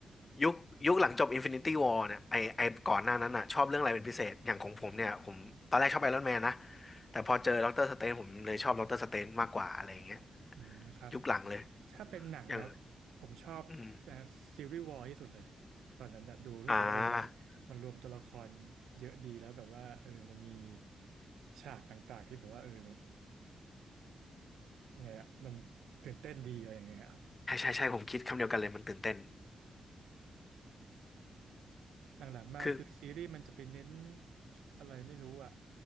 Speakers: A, on the left; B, on the right.
A: ยุคยุคหลังจบ Infinity War เนี่ยไอไอก่อนหน้านั้นอ่ะชอบเรื่องอะไรเป็นพิเศษอย่างของผมเนี่ยผมตอนแรกชอบไอรอนแมนนะแต่พอเจอด็อกเตอร์สเตนผมเลยชอบด็อกเตอร์สเตนมากกว่าอะไรอย่างเงี้ย
B: อืมครับ
A: ยุคหลังเลย
B: ถ้าเป็นหนังนะครับผมชอบ
A: อย่างอืม
B: ซีรีส์วอร์ที่สุดเลยตอนนั้นน่ะดูรู้สึกว่าเออมันมันรวมตัวละครเยอะดีแล้วแบบว่าเออมันมี
A: อ่า
B: ฉากต่างๆที่แบบว่าเออแบบไงอะมันตื่นเต้นดีอะไรอย่างเงี้ยครับ
A: ใช่ใช่ใช่ผมคิดคำเดียวกันเลยมันตื่นเต้น
B: หลังๆมาคือซีรีส์มันจะไปเน้น
A: คือ
B: อะไรไม่รู้อ่ะ